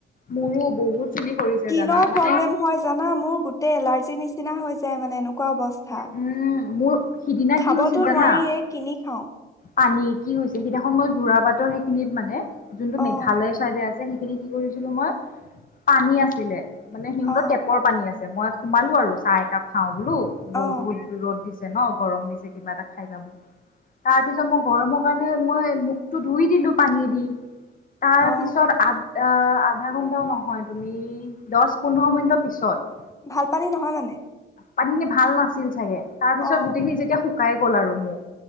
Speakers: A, on the left; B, on the left.
A: মোৰো বহুত চুলি সৰিছে
B: কিনৰ
A: জানা মানে
B: প্ৰব্লেম হয় জানা মোৰ গোটেই এলাৰ্জিৰ নিচিনা হৈ যায় মানে এনেকুৱা অৱস্থা
A: উম, মোৰ সিদিনা
B: খাবতো
A: কি হৈছিল জানা
B: নোৱাৰিয়ে কিনি খাও
A: পানী কি হৈছে সেইদিনাখ মই জোৰা বাটৰ সেইখিনিত মানে যোনটো
B: অ
A: মেঘালয়ৰ চাইডে আছে সেইখিনি কি কৰিছিলো মই পানী আছিলে মানে সিহঁতৰ
B: অ
A: টেপৰ পানী আছিল মই সোমালো আৰু চাহ একাপ খাও বোলো
B: অ
A: ব বহুত ৰ'দ দিছে ন গৰম দিছে কিবা এটা খাই যা বুলি তাৰ পিছত মই গৰমৰ কাৰণে মই মুখটো ধুই দিলো পানীদি তাৰ
B: অ
A: পিছত আ আহ আধা ঘন্টাও নহয় তুমি দহ পোন্ধৰ মিনিটৰ পিছত
B: ভাল পানী নহয় মানে
A: পানী খিনি ভাল নাছিল চাগে তাৰ পিছত
B: অ
A: গোটেইখিনি যেতিয়া শুকাই গ'ল আৰু মোক